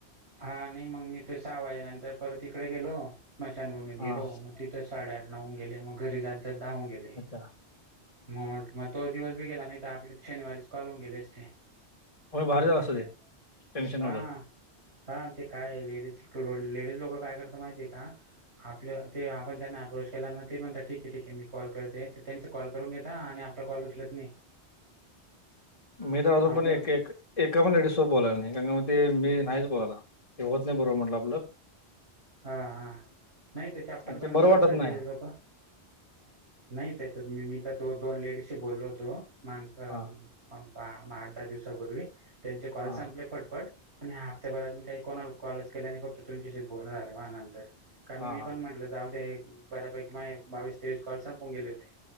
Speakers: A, on the right (about 75°); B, on the left (about 30°).
A: हा नाही मग मीथ सहा वाजेनंतर परत इकडे गेलो स्मशानभूमीत गेलो
B: हा
A: मग तिथं साडेआठ नऊ होऊन गेले, मग घरी जात जात दहा हुन गेले.
B: <inaudible>
A: म मग तो दिवस बी गेला, नाही आपले शनिवारीच कॉल होऊन गेले असते,,
B: होय भारी
A: बाकीचे,
B: झालं असं ते टेन्शन
A: हां,
B: नव्हतं
A: हा ते काय लेडीज लेडीज लोकं काय करत माहितीय का आपलं ते आपण त्यांना अप्रोच केला ना ते म्हणत ठीक आहे ठीक आहे मी कॉल करते त्यांच कॉल करून घेता आणि आपलं कॉल उचलत नाही
B: मी तर अजून
A: आपल्याला
B: पण एक एक एका पण लेडीजसोबत बोला नाही का का मग ते मी नाहीच बोलायला ते होत नाही बरोबर म्हटलं आपलं
A: हा हा नाही ते चॅप्टर
B: आणि
A: पण मी
B: बरं
A: करता
B: वाटत
A: लोक
B: नाही.
A: नाही त्याच्या मी तर तो दोन लेडीजशी बोललो होतो, मग
B: हां,
A: म आठ दहा दिवसापूर्वी, त्यांचे कॉल
B: हां,
A: संपले फटफट पण ह्या हप्त्याभरात मी काही कोणाला कॉलच केल्या नाही, फक्त तुमच्याशी बोलण आलं मा नंतर, कारण
B: हां,
A: मी
B: हां.
A: पण म्हटलं, जाऊदे, बऱ्यापैकी माझ बावीस तेवीस कॉल संपून गेले होते.